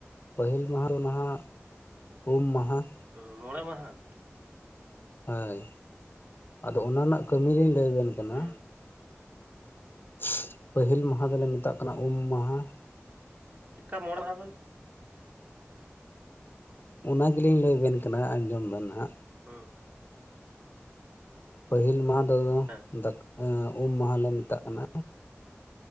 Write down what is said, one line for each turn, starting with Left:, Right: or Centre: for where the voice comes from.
Left: ᱯᱟᱹᱦᱤᱞ ᱢᱟᱦᱟᱸ ᱫᱚ ᱱᱟᱦᱟᱜ ᱩᱢ ᱢᱟᱦᱟᱸ
Right: ᱩᱢ ᱢᱚᱬᱮ ᱢᱟᱦᱟᱸ?
Left: ᱦᱳᱭ, ᱟᱫᱚ ᱚᱱᱟ ᱨᱮᱱᱟᱜ ᱠᱟᱹᱢᱤ ᱞᱤᱧ ᱞᱟᱹᱭ ᱟᱵᱮᱱ ᱠᱟᱱᱟ
Right: ᱦᱩᱸ
Left: ᱥ-ᱩ-ᱜ, ᱯᱟᱹᱦᱤᱞ ᱢᱟᱦᱟᱸ ᱫᱚᱞᱮ ᱢᱮᱛᱟᱜ ᱠᱟᱱᱟ ᱩᱢ ᱢᱟᱦᱟᱸ
Right: ᱠᱟ ᱢᱚᱬ ᱢᱟᱦᱟᱸ ᱫᱚ?
Left: ᱚᱱᱟ ᱜᱮᱞᱤᱧ ᱞᱟᱹᱭ ᱟᱵᱮᱱ ᱠᱟᱱᱟ ᱟᱸᱡᱚᱢ ᱵᱮᱱ ᱦᱟᱸᱜ
Right: ᱦᱚᱸ
Left: ᱯᱟᱹᱦᱤᱞ ᱢᱟᱦᱟᱸ ᱫᱚ
Right: ᱦᱮᱸ
Left: ᱫᱟ ᱩᱢ ᱢᱟᱦᱟᱸᱞᱮ ᱞᱮ ᱢᱮᱛᱟᱜ ᱠᱟᱱᱟ